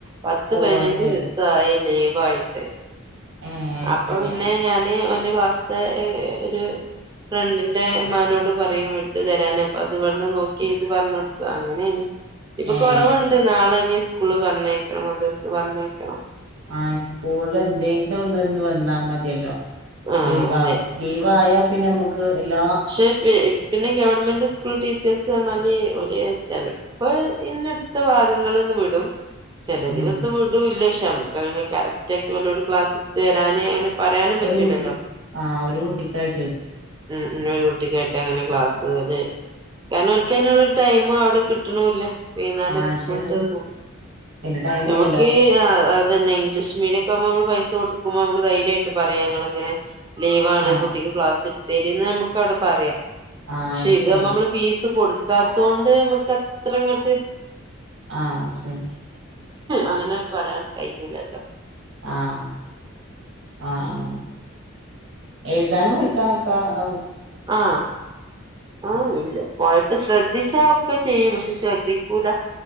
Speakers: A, on the right; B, on the right.
A: പത്ത്
B: ഓഹ്
A: പതിനഞ്ച്
B: അയ്ശരി
A: ദിവസയല്ലേ യിട്ട്
B: ഏഹ് അയ്ശരി
A: അപ്പൊ പിന്നെ
B: ആഹ്
A: ഞാന് ഓന്റെ ക്ലാസ്ത്തെ ഒരു ഫ്രണ്ടിന്റെമ്മാനോട് പറയും വിടുട്ട തരാന അപ്പൊ അത് വന്ന് നോക്കി ഇത് പറഞ്ഞ കൊടുത്തു അങ്ങനെയാണ് ഇപ്പൊ
B: ഏഹ്
A: കുറവുണ്ട്
B: അയ്ശരി
A: നാളെ ഇനി സ്കൂള് പറഞ്ഞേക്കണം മദ്രസ് പറഞ്ഞേക്കണം
B: ആഹ സ്കൂള് എന്തെങ്കിലും ഒന്ന വന്നാ മതി ല്ല
A: ആഹ്
B: ലവ
A: അതെ
B: ലീവായ പിന്നെ നമ്മക്ക് എല്ല
A: പക്ഷെ പിന്നെ ഗവൺമെന്റ് സ്ക സ്കൂൾ ടീച്ചേഴസ് പറഞ്ഞാല് വലിയ ചില ഇപ്പ ഇന്ന അടുത്ത ഭാഗങ്ങളന്ന് വിടും ചില
B: ഉം
A: ദിവസം വിടൂല്ല പക്ഷെ നമ്മക്ക് അങ്ങനെ കറക്റ്റ് ആക്കി പോലട് ക്ലാസ് എടുത്ത് വരാന് അങ്ങന പറയാനും പറ്റൂലല്ലോ
B: ഒരു കുട്ടി ആഹ് ഒരു കുട്ടിക്കായിട്ട്
A: ഇ ഒരു കുട്ടിക്കായിട്ട് അങ്ങനെ ക്ലാസ്സുകളിൽ കാരണംൽക്കരുള്ള ഒരു ടൈമ അവിടെ കിട്ടണില്ല വന്നാലം
B: ആഹ്
A: സ്കൂളട്ട്
B: ശരിയെന്നെ
A: തന്ന
B: പിന്നെ ടൈം
A: നമുക്ക്
B: ഇല്ലല്ലോ
A: അത്തന്നെ ഇംഗ്ലീഷ് മീഡിയക്കെ ആവുമ്പോ നമ്മ പൈസ കൊടുക്കുമ്പോ നമുക്ക് ധൈര്യമായിട്ട് പറയാ ഇങ്ങനെ ലീവാണ്
B: ആഹ്
A: കുട്ടിക്ക് ക്ലാസ് എടുത്ത് തരു പറയാം
B: ആഹ്
A: പക്ഷെ
B: അത് ശരിയാ
A: ഇത് നമ്മള് ഫീസ് കൊ ക്കാത്തൊണ്ട് നമ്മക്ക് അത്ര ഇങ്ങട്ട്
B: ആഹ ശരി
A: അങ്ങനെ പറയാൻ കഴിയുലല്ലോ
B: ആഹ ആഹ എഴുതാനോ കനക്ക ആ
A: ആഹ ആ കുഴപ്പ ശ്രദ്ധ ദിച്ച ഒക്കെ ചെയ്യും പക്ഷെ ശ്രദ്ധിക്കൂല